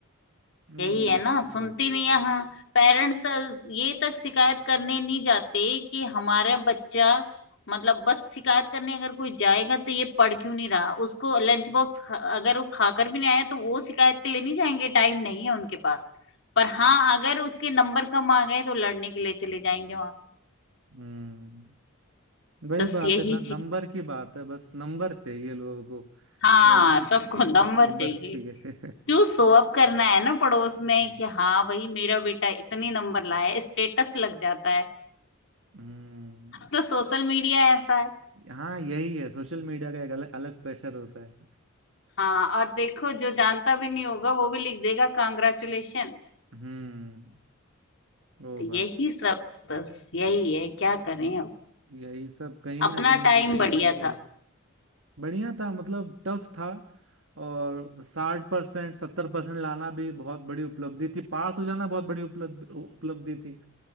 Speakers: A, on the right (about 65°); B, on the left (about 55°).
A: नहीं
B: यही
A: ये
B: है ना
A: बात
B: सुनते
A: है
B: नहीं है हाँ पेरेंट्स ये तक शिकायत करने नहीं जाते कि हमारा बच्चा मतलब बस शिकायत करने अगर कोई जाएगा तो ये पढ़ क्यों नहीं रहा उसको लंच बॉक्स अगर वो खाकर भी नहीं आया तो वो शिकायत के लिए नहीं जाएंगे टाइम नहीं है उनके पास पर हाँ अगर उसके नंबर कम आ गए तो लड़ने के लिए चले जाएंगे वहां
A: हम्म वही
B: बस
A: बात
B: यही
A: है न,
B: चीज
A: नंबर की बात है बस नंबर चाहिए लोगों को
B: हाँ
A: लोगों को
B: सबको नंबर
A: बस नंबर
B: चाहिए
A: चाहिए
B: क्यों शो अप करना है ना पड़ोस में
A: <laughs>
B: कि हाँ भाई मेरा बेटा इतने नंबर लाया है, स्टेटस लग जाता
A: हम्म
B: तो सोशल मीडिया ऐसा है
A: हाँ यही है सोशल मीडिया का एक अलग अलग प्रेशर होता है
B: हाँ और देखो जो जानता भी नहीं होगा वो भी लिख देगा कांग्रेचुलेशन
A: हम्म वो
B: तो
A: बात
B: यही
A: है
B: सब बस यही है क्या करें
A: ये
B: अब
A: यही सब कहीं
B: अपना
A: ना कहीं
B: टाइम
A: किसी
B: बढ़िया
A: ना किसी
B: था
A: बढ़िया था मतलब टफ था और साठ परसेंट सत्तर परसेंट लाना भी बहुत बड़ी उपलब्धि थी पास हो जाना बहुत बड़ी उपलब्ध उपलब्धि थी